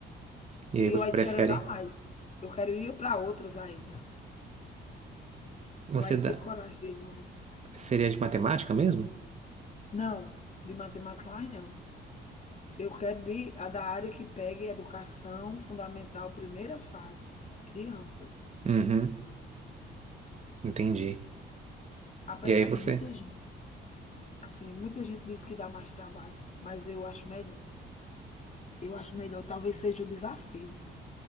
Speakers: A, on the right (about 35°); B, on the left (about 35°).
A: E aí
B: E
A: você
B: eu ainda
A: prefere.
B: quero andar mais. Eu quero ir para outras ainda.
A: Você
B: Eu ainda
A: dá.
B: tenho coragem de ir mais.
A: Seria de matemática mesmo?
B: Não, de matemática mais não. Eu quero de, a da área que pegue educação fundamental, primeira fase, crianças.
A: Uhum. Entendi.
B: Apesar
A: E aí você.
B: de muita gente, assim, muita gente diz que dá mais trabalho, mas eu acho melhor. Eu acho melhor, talvez seja o desafio.